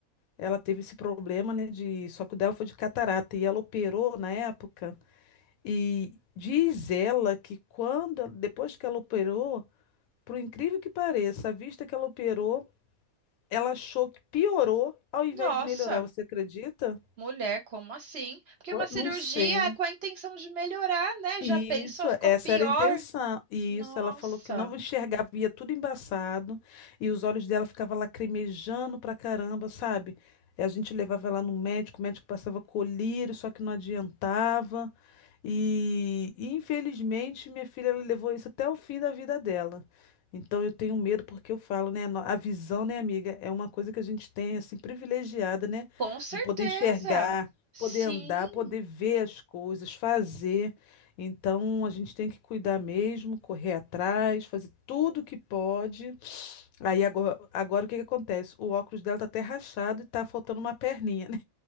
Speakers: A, on the left; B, on the right.
A: ela teve esse problema, né? De... Só que o dela foi de catarata e ela operou na época. E diz ela que quando, depois que ela operou, por incrível que pareça, a vista que ela operou, ela achou que piorou ao invés
B: Nossa,
A: de melhorar. Você acredita?
B: mulher, como assim? Porque
A: Pô,
B: uma cirurgia
A: Não sei.
B: é com a intenção de melhorar, né?
A: Isso,
B: Já pensou, ficou
A: essa
B: pior.
A: era a intenção. E
B: Nossa,
A: isso, ela falou que não enxergava, via tudo embaçado, e os olhos dela ficavam lacrimejando pra caramba, sabe? E a gente levava ela no médico, o médico passava colírio, só que não adiantava. E, e, infelizmente, minha filha ela levou isso até o fim da vida dela. Então eu tenho medo porque eu falo, né, no- a visão, né, amiga, é uma coisa que a gente tem assim privilegiada, né,
B: com certeza.
A: de poder enxergar,
B: Sim,
A: poder andar, poder ver as coisas, fazer. Então a gente tem que cuidar mesmo, correr atrás, fazer tudo o que pode. Aí agora, agora o que que acontece? O óculos dela tá até rachado e tá faltando uma perninha, né?